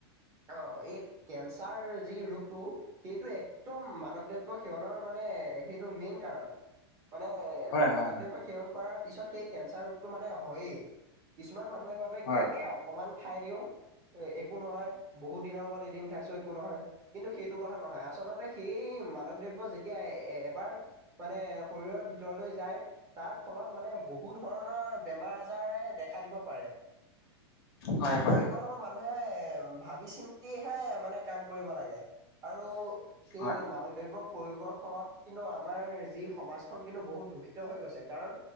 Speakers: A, on the right (about 25°); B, on the left (about 60°).
A: অ, এই কেঞ্চাৰ যি ৰোগটো সেইটো একদম মাদক দ্ৰব্য সেৱনৰ মানে সেইটো মেইন কাৰণ। মানে
B: হয় হয়
A: মাদক
B: হয় হয়
A: দ্ৰব্য সেৱন কৰাৰ পিছত সেই কেঞ্চাৰ ৰোগটো মানে হয়য়েই কিছুমান মান ম ভাবে
B: হয়
A: কি এ অকমান খাই দিও এ একো নহয় বহুত দিনৰ ম এদিন খাইছো একো নহয় কিন্তু সেইটো কথা নহয় আচলতে সেই ম মাদক দ্ৰব্য যেতিয়া এ এবাৰ মানে শৰীৰৰ ভিতৰলৈ যায় তাৰ ফলত মানে বহু ধৰণ ৰ বেমাৰ আজাৰে দেখা দিব পাৰে।
B: হয় হয় হয়
A: সেই কথাবোৰ মানুহে ভাবি চিন্তিহে মানে কাম কৰিব লাগে আৰু সেই
B: হয়
A: মাদকদৈৱক প্ৰয়োগৰ ফলত কিন্তু আমাৰ যি সমাজখন কিন্তু বহুত দূষিত হৈ গৈছে কাৰণ